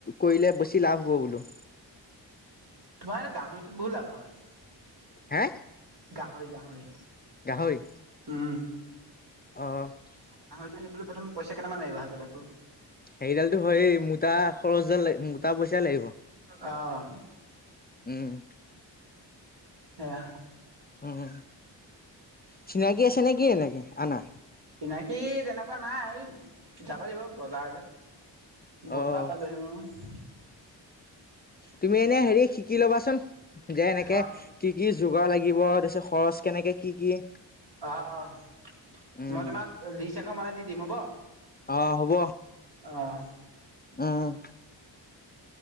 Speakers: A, on the left (about 20°); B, on the right (about 60°).
A: কৰিলে বেছি লাভ হ'ব বোলো?
B: তোমাৰ গাহৰিটোত বহু লাভ হয়।
A: হে
B: গাহৰি, গাহৰি।
A: গাহৰি,
B: উম
A: অ'।
B: তই নিবলৈ প্ৰথম পইচা কেটামান লাগিব হাতত আকৌ।
A: সেইদালতো হয়ে মোটা খৰচ দাল মোটা পইচা লাগিব।
B: অ'।
A: উম।
B: সেয়াহ
A: উম, চিনাকি আছে নেকি এনেকে আনা?
B: চিনাকি তেনেকুৱা নাই, যাব লাগিব বজাৰলৈ। বজাপা
A: অ'।
B: লৈ আহি মই
A: তুমি এনে হেৰি শিকি ল'বাচোন। যে, এনেকে
B: অ
A: কি, কি যোগাৰ লাগিব দেচ খৰচ কেনেকে কি, কি?
B: অ', অ',
A: উম,
B: মই তোমাক লিষ্ট এখন বনাই দি দিম হ'ব?
A: অ' হ'ব
B: অ'।
A: উম,